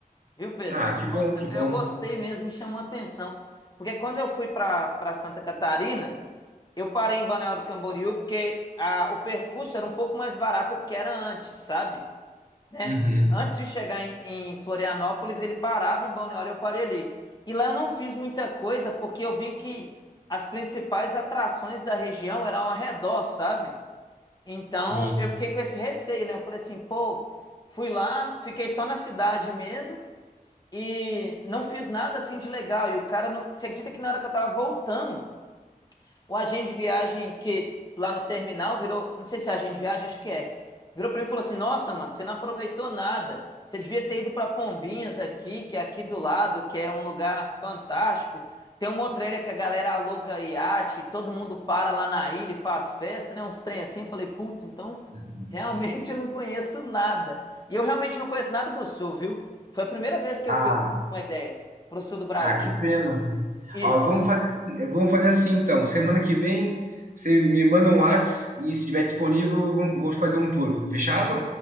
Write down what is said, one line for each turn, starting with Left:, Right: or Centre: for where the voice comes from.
Left: Viu, Pedrão?
Right: Ah, que
Left: Nossa,
Right: bom, que bom.
Left: eu gostei mesmo, me chamou a atenção. Porque quando eu fui para para Santa Catarina, eu parei em Balneário do Camboriú porque a, o percurso era um pouco mais barato porque era antes, sabe? Né?
Right: Uhum.
Left: Antes de chegar em, em Florianópolis, ele parava em Balneário, eu parei ali. E lá eu não fiz muita coisa porque eu vi que as principais atrações da região eram ao redor, sabe? Então
Right: Sim.
Left: eu fiquei com esse receio, né? Eu falei assim, pô, fui lá, fiquei só na cidade mesmo e não fiz nada assim de legal. E o cara, não... você acredita que na hora que eu tava voltando, o agente de viagem que lá no terminal virou, não sei se é agente de viagem, acho que é. Virou pra mim e falou assim: Nossa, mano, você não aproveitou nada. Você devia ter ido pra Pombinhas aqui, que é aqui do lado, que é um lugar fantástico. Tem uma outra ilha que a galera aluga iate, todo mundo para lá na ilha e faz festa, né? Uns trem assim. Eu falei: Putz, então
Right: Uhum.
Left: realmente eu não conheço nada. E eu realmente não conheço nada do sul, viu? Foi a primeira vez que
Right: Ah,
Left: eu fui, pra ter uma ideia, pro sul do Brasil.
Right: ah, que pena.
Left: Isso.
Right: Ó, vamos fazer, assim, vamos fazer assim então. Semana que vem você me manda um WhatsApp e se estiver disponível, vou vou fazer um tour. Fechado?